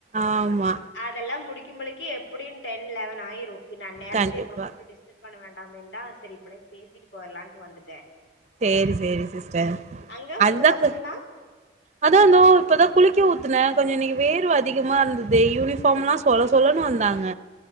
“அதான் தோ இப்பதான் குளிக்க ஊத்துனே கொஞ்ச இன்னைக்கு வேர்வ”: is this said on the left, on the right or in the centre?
Right